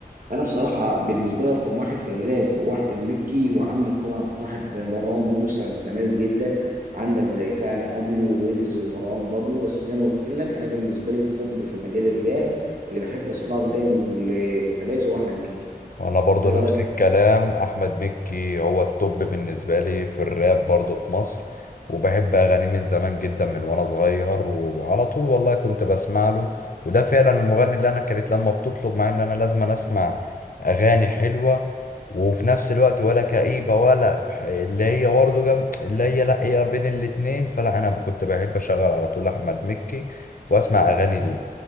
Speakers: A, on the right (about 60°); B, on the left (about 60°).
A: فانا بصراحه بالنسبه لي رقم واحد في الراب هو احمد مكي وعندك طبعا واحد زي مروان موسى متميز جدا عندك زي فعلا ابيو ويجز ومروان بابلو بس زي ما قلت لك انا بالنسبه لي التوب في مجال الراب اللي بحب اسمعه دايما واللي متميز هو احمد مكي
B: وانا برضو
A: انت ايه
B: نفس
A: رايك
B: الكلام احمد مكي هو التوب بالنسبه لي في الراب برضو في مصر وبحب اغانيه من زمان جدا من وانا صغير وعلى طول والله كنت بسمع له وده فعلا المغني اللي انا كانت لما بتطلب معايا ان انا لازم أنا اسمع اغاني حلوه وفي نفس الوقت ولا كئيبه ولا ح- اللي هي برضه جم اللي هي لا هي بين الاتنين فلا انا كنت بحب اشغل على طول احمد مكي واسمع اغاني ليه